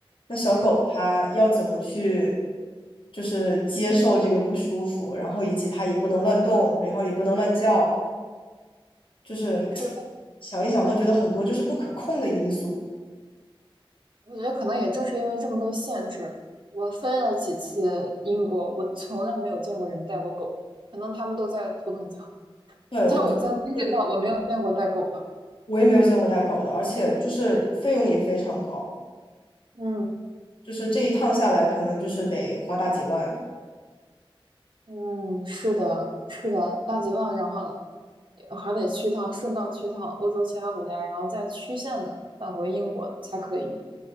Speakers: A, on the left; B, on the right.
A: 那小狗它要怎么去，
B: 嗯，
A: 就是接受这个不舒服，然后以及它也不能乱动，然后也不能乱叫，就是
B: 是。
A: 想一想都觉得很多就是不可控的因素。
B: 我觉得可能也正是因为这么多限制，我飞了几次英国，我从来没有见过人带过狗，可能他们都在头等舱，
A: 对，
B: 在我在经济舱我没有见过带狗的。
A: 我觉得是，我也没有见过带狗的，而且就是费用也非常高，
B: 嗯
A: 就是这一趟下来可能就是得花大几万。
B: 嗯，是的，是的，大几万，然后还得去趟，顺道去趟欧洲其他国家，然后再曲线的返回英国才可以。